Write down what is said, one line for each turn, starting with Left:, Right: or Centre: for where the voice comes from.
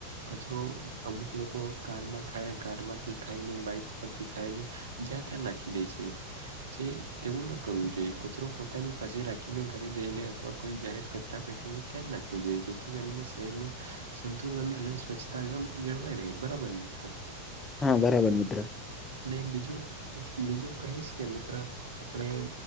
Right: કચરો અમુક લોકો કારમાં ખાય કારમાંથી ખાઈને બાઈ <unintelligible> ખાઈને જ્યાં ત્યાં નાખી દેય છે જે તેવું ન કરવું જોઈએ કચરો પોતાની પાસે રાખીને ઘરે જઈને અથવા કોઈ જાહેર કચરા પેટી <unintelligible> ધ્યાન રાખવું જોઈએ જેથી કરીને શહેરનું સંતુલન અને સ્વચ્છતા <unintelligible> જળવાય રે બરાબર મિત્ર
Left: હા બરાબર મિત્ર
Right: અને બીજું બીજું કહીશ કે મિત્ર આપણે